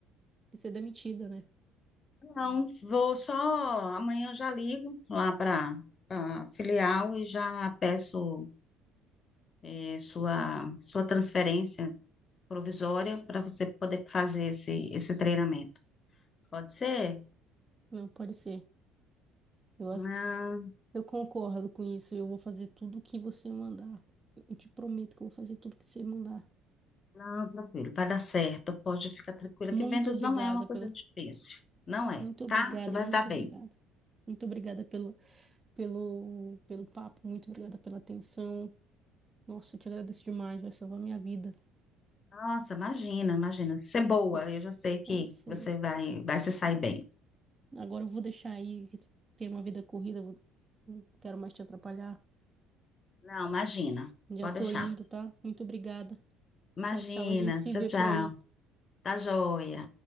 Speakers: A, on the right (about 30°); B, on the left (about 40°).
A: de ser demitida, né?
B: Não, vou só. Amanhã eu já ligo lá para a filial e já peço eh, sua, sua transferência provisória para você poder fazer esse, esse treinamento. Pode ser?
A: Não, pode ser. Eu acho,
B: Não,
A: eu concordo com isso. Eu vou fazer tudo o que você mandar. Eu te prometo que eu vou fazer tudo o que você mandar.
B: não, tranquilo, vai dar certo. Pode ficar tranquila
A: Muito
B: que vendas
A: obrigada
B: não é uma coisa
A: pela,
B: difícil. Não é,
A: muito obrigada,
B: tá? Você vai
A: muito
B: dar bem.
A: obrigada. Muito obrigada pelo, pelo, pelo papo, muito obrigada pela atenção. Nossa, eu te agradeço demais, vai salvar minha vida.
B: Nossa, imagina, imagina. Ser boa,
A: Ag-
B: eu já sei que
A: é, Eu sei.
B: você vai, vai se sair bem.
A: Agora eu vou deixar aí, que tu tem uma vida corrida, vou- não quero mais te atrapalhar.
B: Não, imagina.
A: Já
B: Pode
A: tô
B: deixar.
A: indo, tá? Muito obrigada.
B: Imagina.
A: Tchau, tchau. A gente se
B: Tchau,
A: vê por
B: tchau.
A: aí.
B: Tá joia.